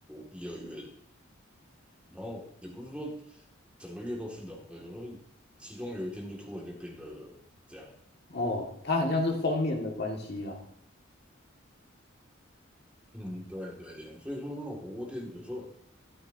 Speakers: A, in the centre; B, on the left.
A: 一二月然后也不是说整个月都是冷的，有时候其中有一天就突然就变热了，这样。
B: 哦，它很像是封面的关系啦。
A: 嗯，对对，所以说那个火锅店有时候